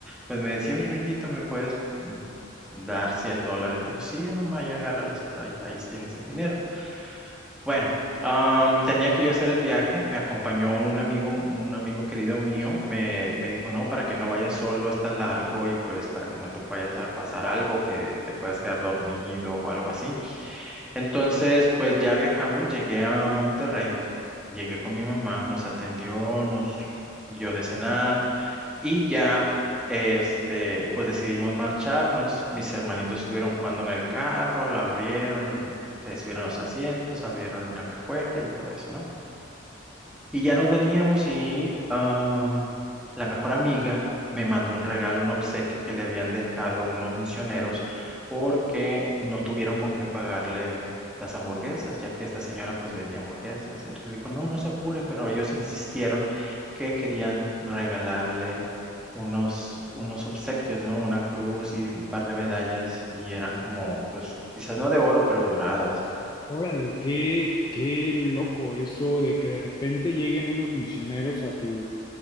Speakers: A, in the centre; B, on the left (about 20°).
A: pues me decía, oye, mijito, ¿me puedes mm, dar 100 dólares? Le digo, sí, mamá, ya agárralos, para ahí, ahí tienes el dinero. Bueno, am, tenía que yo hacer el viaje, me acompañó un amigo, un amigo querido mío, me, me dijo, no, para que no vayas solo, está largo y pues para que no te vayas a pasar algo, que te puedas quedar dormido o algo así. Entonces, pues ya viajamos, llegué a Monterrey, llegué con mi mamá, nos atendió, nos dio de cenar. Y ya, este, pues decidimos marcharnos. Mis hermanitos estuvieron jugando en el carro, la abrieron, se subieron los asientos, abrieron la cajuela y todo eso, ¿no? Y ya nos veníamos y am, la mejor amiga me mandó un regalo, un obsequio que le habían dejado unos misioneros porque no tuvieron con qué pagarle las hamburguesas, ya que esta señora pues vendía hamburguesas. Entonces le dijo, no, no se apuren, pero ellos insistieron que querían regalarle unos, unos obsequios, ¿no? Una cruz y un par de medallas y eran como, pues quizás no de oro, pero doradas.
B: Órale, qué, qué loco eso de que de repente lleguen unos misioneros a tu